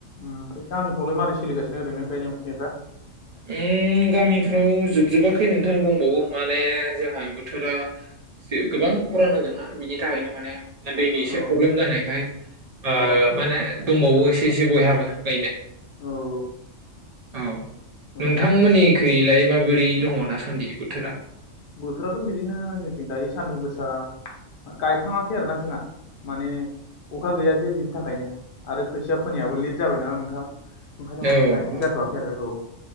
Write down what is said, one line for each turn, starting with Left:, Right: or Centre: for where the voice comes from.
Left: ओमफ्राय गामिफ्रावाय मारै सोलिगासिनो ओरैनो गायनाय फुनायफ्रा?
Right: ओं गामिफ्राव जोबजोबाखै नोंथां दंबावो माने जोंहा बोथोरा गोबां
Left: उम
Right: खरान होदोंना बिनि थाखायनो माने दैनि एसे
Left: औ
Right: प्रब्लेम जानायखाय ओ
Left: औ
Right: माने दंबावो एसे एसे बयहाबो गायनो।
Left: औ
Right: औ
Left: औ
Right: नोंथांमोननिखैलाय माबोरै दङ दासान्दि बोथोरा?
Left: बोथोराथ' बिदिनो जोंथिं दायो सानदुं गोसा गायखाङाखै आरो ना जोंहा। माने अखा गैया जे बिनि थाखायनो आरो खोथिया फोनायाबो लेट जाबाय ना नोंथां। ओंखायनो
Right: औ
Left: माने गायनाय
Right: औ
Left: जाथ'वाखै आरो औ।